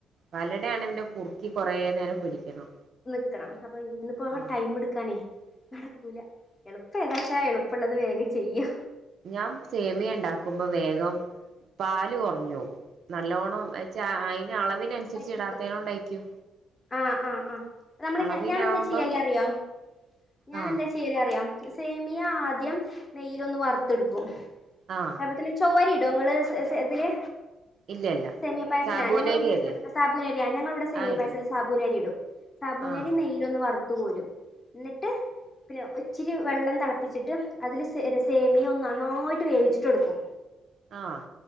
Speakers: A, on the right (about 60°); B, on the left (about 30°).
A: വലടയാണൽപിന്നെ കുറക്കി കുറ നേരം പിടിക്കണം
B: ടുക്കണം അപ്പൊ ഇന്നിപ്പോ
A: ആഹ്
B: ടൈം എടുക്കാനേ നടക്കൂല എളുപ്പം ഏതാച്ചാ എളുപ്പള്ളത് വേഗം ചെയ്യാ
A: ഞാൻ സേമിയം ണ്ടാക്കുമ്പോ വേഗം പാല് കുറഞ് പോവും നല്ലോണം എന്നച്ച അതിന്അളവിൻ അനുസരിച്ച്
B: പറ്റിക്കും
A: ഇടാതെയ് നോണ്ടയ്ക്കും
B: ആഹ് ആഹ് ആഹ് നമ്മള്
A: അളവിനാവുമ്പോ
B: ഞാൻ ഞാനെന്താ ചെയ്യല് അറിയോ ഞാൻ
A: ആഹ്
B: എന്താ ചെയ്യല് അറിയൊ സേമിയ ആദ്യം നെയ്യിലൊന്ന് വറുത്തെടുക്കും
A: ആഹ്
B: ലത്തിനു ചോരി ഇ ടൊ ങ്ങള് സെ സെ ഇതില്
A: ഇല്ലല്ല
B: സെമിയ പായസതില
A: സാബൂനരിയല്ലേ
B: ഞങ്ങള് അ സാബൂനരിയാ ഞങ്ങളിവിടെ സെമിയ
A: ആഹ് ഇട്
B: പായസത്തിൽ സാബൂനരി ഇടും സാബൂനരി
A: ആഹ്
B: നെയ്യിലൊന്ന് വറുത് കോരും എന്നിട്ട് പിന്നെ ഒച്ചിരി വെള്ളം തെളപ്പിച്ചിട്ട് അതില് സെ സേമിയോ ഒന്ന് നന്നായിട്ട് വേവിച്ചിട്ട് എടുക്കും
A: ആഹ്